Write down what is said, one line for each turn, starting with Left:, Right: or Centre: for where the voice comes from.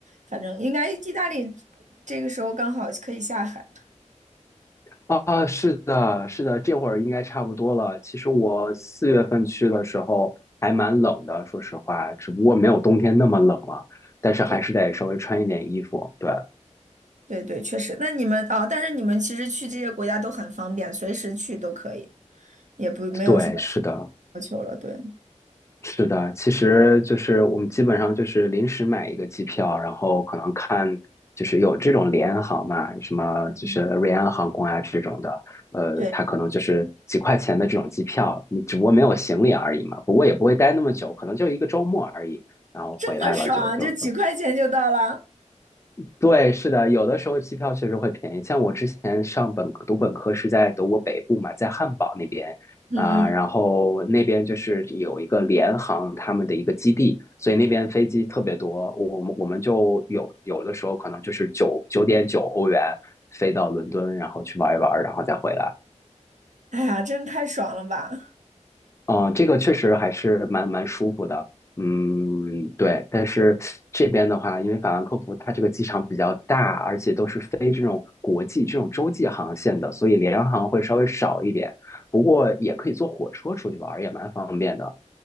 Right: 反正应该意大利这个时候刚好可以下海。
Left: 啊，哦是的，是的，这会儿应该差不多了。其实我四月份去的时候还蛮冷的，说实话，只不过没有冬天那么冷了，
Right: 嗯
Left: 但是还是得稍微穿一点衣服。
Right: 对
Left: 对。
Right: 对对，确实。那你们哦，但是你们其实去这些国家都很方便，随时去都可以，也不没有什么
Left: 对，是的，
Right: 要求了。对
Left: 是的。其实就是我们基本上就是临时买一个机票，然后可能看就是有这种联航嘛，什么就是瑞安航空啊这种的，
Right: 嗯
Left: 呃，
Right: 对，
Left: 它可能就是几块钱的这种机票，你只不过没有行李而已嘛。不过也不会待那么久，可能就一个周末而已，然后回来了就就
Right: 这么爽，就几块钱就到了。
Left: 对，是的，有的时候机票确实会便宜。像我之前上本读本科是在德国北部嘛，在汉堡那边啊、
Right: 嗯嗯，
Left: 然后那边就是有一个联航他们的一个基地，所以那边飞机特别多。我们我们就有有的时候可能就是九九点九欧元飞到伦敦，然后去玩一玩，然后再回来。
Right: 哎呀，真太爽了吧！
Left: 嗯，这个确实还是蛮蛮舒服的。嗯，对。但是这边的话，因为法兰克福它这个机场比较大，而且都是飞这种国际、这种洲际航线的，所以联航会稍微少一点。不过也可以坐火车出去玩儿，也蛮方便的。